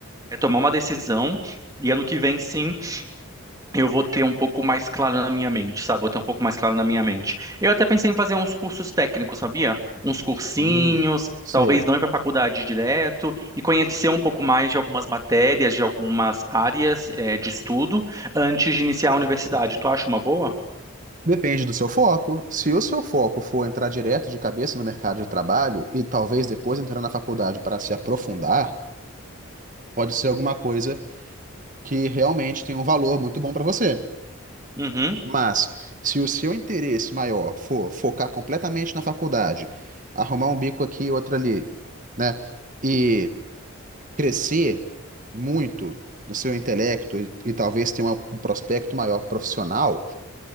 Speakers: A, on the right (about 15°); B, on the right (about 35°).
A: é tomar uma decisão, e ano que vem sim. eu vou ter um pouco mais claro na minha mente, sabe? Vou ter um pouco mais claro na minha mente. Eu até pensei em fazer uns cursos técnicos, sabia? Uns cursinhos,
B: hum, sei.
A: talvez não ir para faculdade direto e conhecer um pouco mais de algumas matérias, de algumas áreas, eh, de estudo antes de iniciar a universidade. Tu acha uma boa?
B: Depende do seu foco. Se o seu foco for entrar direto de cabeça no mercado de trabalho e talvez depois entrar na faculdade para se aprofundar, pode ser alguma coisa que realmente tem um valor muito bom para você.
A: Uhum,
B: Mas se o seu interesse maior for focar completamente na faculdade, arrumar um bico aqui e outro ali, né? E crescer muito no seu intelecto e, e talvez ter uma- um prospecto maior profissional,